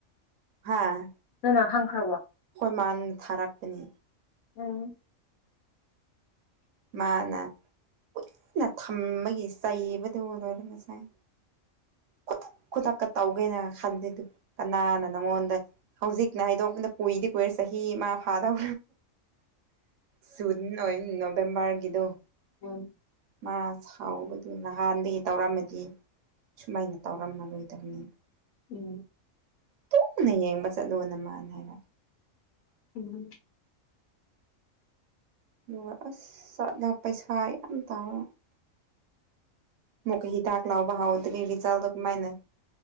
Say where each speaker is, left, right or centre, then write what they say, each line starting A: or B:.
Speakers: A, on the right; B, on the left.
A: ꯍꯥꯥ
B: ꯅꯣꯏꯃꯥ ꯈꯪꯈ꯭ꯔꯕꯣ
A: ꯑꯩꯈꯣꯏ ꯃꯥꯅ ꯊꯥꯔꯛꯄꯅꯤ
B: ꯎꯝ
A: ꯃꯥꯅ ꯀꯨꯏꯅ ꯊꯝꯕꯒꯤ ꯆꯩꯕꯗꯨ ꯂꯣꯏꯔꯦ ꯉꯁꯥꯏ
B: <inaudible>
A: ꯈꯨꯗꯛ ꯈꯨꯗꯛꯀ ꯇꯧꯒꯦꯅ ꯈꯟꯗꯦꯗꯨ ꯀꯅꯥꯅ ꯅꯪꯉꯣꯟꯗ ꯍꯧꯖꯤꯛꯅ ꯍꯥꯏꯗꯣꯛꯄꯗ ꯀꯨꯏꯗꯤ ꯀꯨꯏꯔꯁꯦ ꯆꯍꯤ ꯑꯃ ꯐꯥꯗꯧ ꯖꯨꯟ ꯑꯣꯏ ꯅꯣꯕꯦꯝꯕ꯭ꯔꯒꯤꯗꯣ
B: ꯎꯝ
A: ꯑ ꯁꯥꯎꯕꯗꯨ ꯅꯍꯥꯟꯗꯒꯤ ꯇꯧꯔꯝꯃꯗꯤ ꯁꯨꯃꯥꯏꯅ ꯇꯧꯔꯝꯃꯔꯣꯏꯗꯕꯅꯤꯅ
B: ꯎꯝ
A: ꯇꯨꯅ ꯌꯦꯡꯕ ꯆꯠꯂꯣ ꯃꯥꯅ ꯍꯥꯏꯕ
B: ꯎꯝ
A: ꯑꯗꯨꯒ ꯑꯁ ꯆꯠꯅ ꯄꯩꯁꯥ ꯌꯥꯝ ꯇꯥꯌꯦ ꯃꯨꯛꯀꯥ ꯍꯤꯗꯥꯛ ꯂꯧꯕ ꯍꯧꯗ꯭ꯔꯤ <unintelligible> ꯀꯃꯥꯏꯅ